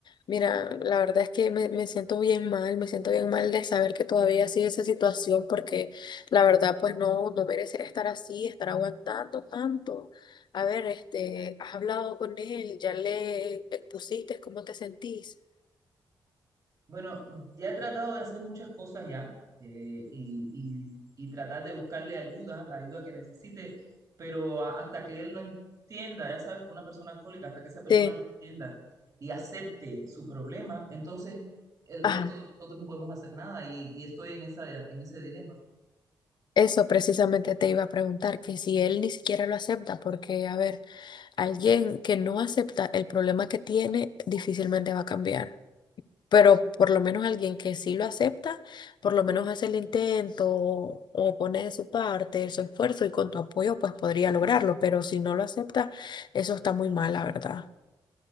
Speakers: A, on the left; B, on the right.
A: Mira, la verdad es que me, me siento bien mal, me siento bien mal de saber que todavía sigue esa situación porque la verdad pues no, no merece estar así, estar aguantando tanto. A ver, este, has hablado con él, ya le expusiste cómo te sentís.
B: Bueno, ya he tratado de hacer muchas cosas ya eh, y, y- y tratar de buscarle ayuda, la ayuda que necesite, pero a- hasta que él no entienda, ya sabes, que una persona alcohólica, hasta que esa persona
A: Sí.
B: no entienda y acepte su problema, entonces el resto
A: Ajá.
B: de nosotros no podemos hacer nada y, y estoy en esa, en ese dilema.
A: Eso precisamente te iba a preguntar, que si él ni siquiera lo acepta, porque, a ver, alguien que no acepta el problema que tiene difícilmente va a cambiar, pero por lo menos alguien que sí lo acepta, por lo menos hace el intento o, o pone de su parte su esfuerzo y con tu apoyo pues podría lograrlo, pero si no lo acepta, eso está muy mal, la verdad.